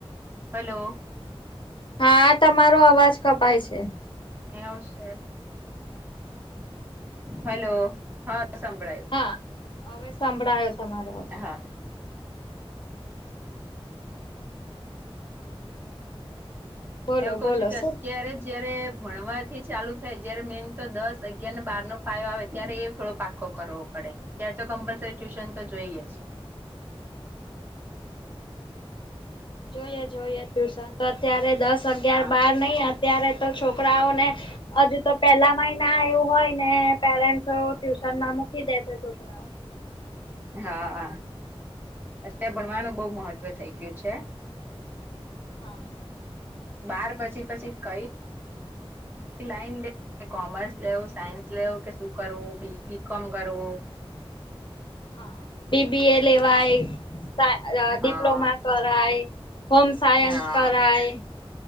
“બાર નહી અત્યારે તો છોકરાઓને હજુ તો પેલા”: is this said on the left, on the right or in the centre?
Left